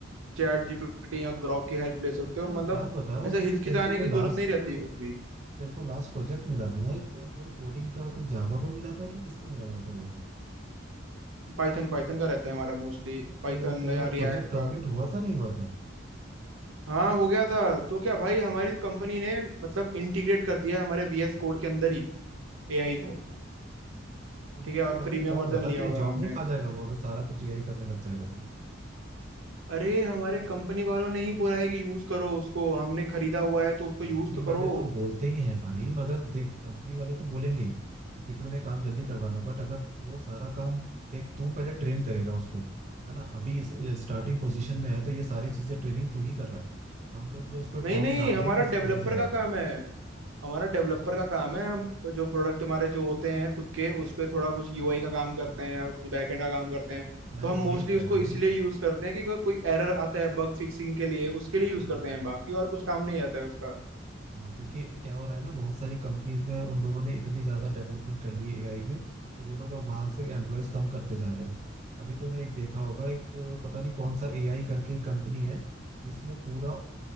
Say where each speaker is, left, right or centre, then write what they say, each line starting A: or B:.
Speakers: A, on the right; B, on the right.
A: चैट जीपीटी या ग्रॉक की हेल्प ले सकते
B: यार
A: हो
B: एक
A: मतलब
B: बात बता
A: ऐसा
B: कि
A: हिचकिचाने
B: तेरे को
A: की
B: जो
A: जरूरत
B: लास्ट
A: नहीं रहती है कुछ भी
B: तेरे को लास्ट प्रोजेक्ट मिला था ना एक कोई कोडिंग का कोई जावा पे मिला था कि किस पे मिला था वो
A: पाइथन पाइथन का रहता है हमारा मोस्टली
B: तो
A: पाइथन
B: फिर तेरा
A: या
B: वो
A: रिएक्ट
B: प्रोजेक्ट कंप्लीट
A: का
B: हुआ था नहीं हुआ था
A: हाँ हो गया था तो क्या भाई हमारी कंपनी ने मतलब इंटीग्रेट कर दिया है हमारे वीएस कोड के अंदर ही एआई
B: अच्छा
A: को
B: तो वो
A: ठीक है और
B: फिर
A: प्रीमियम
B: भाई एक बात
A: वर्जन
B: बता
A: लिया
B: तेरी
A: हुआ है
B: जॉब
A: हमने
B: नहीं खा जाएगा वो अगर सारा कुछ यही करने लग जाएगा तो
A: अरे हमारे कंपनी वालों ने ही बोला है कि यूज करो उसको हमने खरीदा हुआ है तो उसको
B: कंपनी
A: यूज तो
B: वाले
A: करो
B: तो बोलते ही हैं भाई मगर देख कंपनी वाले तो बोलेंगे ही क्योंकि उन्हें काम जल्दी करवाना बट अगर वो सारा काम देख तू पहले ट्रेन करेगा उसको है ना अभी स्टार्टिंग पोजीशन में है तो ये सारी चीजें ट्रेनिंग तू ही कर रहा है हम लोग जो उस पर
A: नहीं
B: प्रॉम्प्ट
A: नहीं
B: डाल
A: हमारा
B: रहे हैं वो उससे
A: डेवलपर
B: समझ रहा
A: का
B: है
A: काम है हमारा डेवलपर
B: अरे,
A: का काम है हम जो प्रोडक्ट हमारे जो होते हैं खुद के उस पे थोड़ा कुछ यूआई का काम करते हैं और कुछ बैकएंड का काम करते हैं
B: मैं
A: तो हम
B: वही
A: मोस्टली
B: कह
A: उसको
B: रहा
A: इसलिए यूज करते हैं कि अगर कोई एरर आता है बग फिक्सिंग के लिए उसके लिए यूज
B: हूँ
A: करते हैं बाकी और कुछ काम नहीं आता है उसका
B: हाँ क्योंकि क्या हो रहा है ना बहुत सारी कंपनीज में उन लोगों ने इतनी ज्यादा डेवलपमेंट कर ली है एआई में कि वो लोग अब वहां से एम्प्लॉयज कम करते जा रहे हैं अभी तूने एक देखा होगा एक अ, पता नहीं कौन सा एआई करके कंपनी है जिसने पूरा